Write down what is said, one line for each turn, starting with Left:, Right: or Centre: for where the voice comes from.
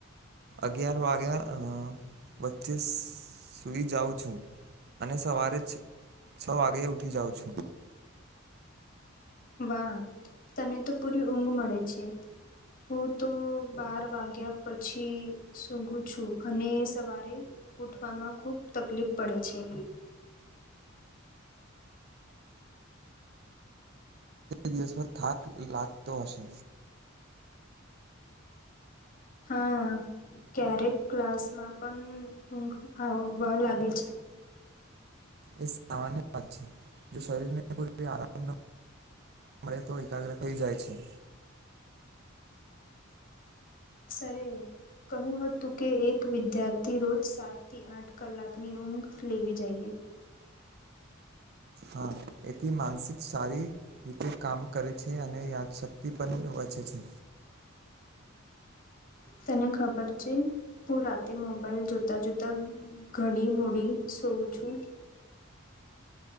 Right: અગયાર વાગ્યા વચ્ચે સુઈ જાઉં છું. અને સવારે છ છ વાગે ઉઠી જાઉં છું.
Left: વાહ તને તો પૂરી ઊંઘ મળે છે. હું તો બાર વાગ્યા પછી સૂઘું છું અને સવારે ઉઠવામાં ખુબ તકલીફ પડે છે.
Right: દિવસભર થાક લાગતો હશે.
Left: હા. ક્યારેક ક્લાસમાં પણ ઊઘ આવવા લાગે છે.
Right: એ સામાન્ય વાત છે જો શરીરને આરામ <unintelligible> મળે તો એકાગ્ર થઈ જાય છે.
Left: સરે કહું હતું કે, એક વિદ્યાર્થી રોજ સાત થી આઠ કલાકની ઊંઘ લેવી જઈએ.
Right: હા એથી માનસિક સારી રીતે કામ કરે છે, અને યાદશક્તિ પણ વચે છે.
Left: તને ખબર છે, હું રાતે મોબાઈલ જોતા જોતા ઘણી મૂડી સુવુ છું.